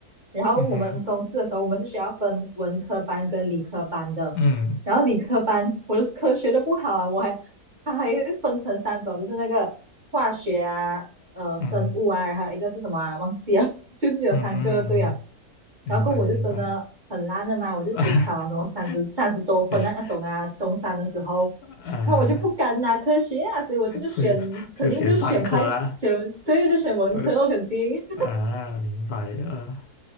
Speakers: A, on the right; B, on the left.
A: 然后我们中四的时候我们是需要分文科班跟理科班的，
B: 嗯哼嗯
A: 然后理科班我的科学都不好啊，我还它还会分成三种，就是那个化学啊，呃，
B: 嗯
A: 生物啊，然后一个是什么啊，忘记了，<laughs> 就是有三个对啊，
B: 嗯，明白明白
A: 然后我就真的很烂的嘛，我就只考了什么三十三十多分那种啊，
B: <laughs> 对
A: 中三的时候，
B: 呃啊，
A: 然后我就不敢拿科学啊，所以我就选肯定就选快选，
B: 所以就写上课啦。
A: 对，就选文科，
B: 对，
A: 我肯定 <laughs>
B: 啊，明白，啊！